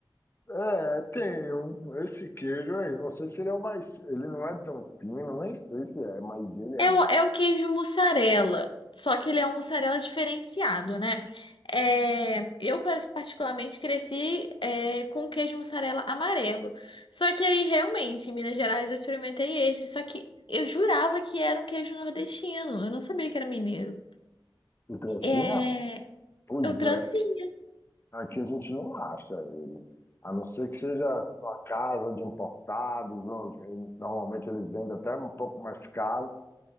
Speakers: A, on the left (about 30°); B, on the left (about 75°).
A: É, tem um, esse queijo aí, não sei se ele é o mais, ele não é tão fino, nem sei se é, mas ele é
B: É
A: mara.
B: o, é o queijo mussarela, só que ele é um mussarela diferenciado, né? É, eu, par- particularmente, cresci é, com queijo mussarela amarelo. Só que aí, realmente, em Minas Gerais, eu experimentei esse. Só que eu jurava que era um queijo nordestino. Eu não sabia que era mineiro.
A: O trancinha?
B: É,
A: Pois
B: é o trancinha.
A: é, aqui a gente não acha ele. A não ser que seja assim, uma casa de importados, ou que normalmente eles vendem até um pouco mais caro,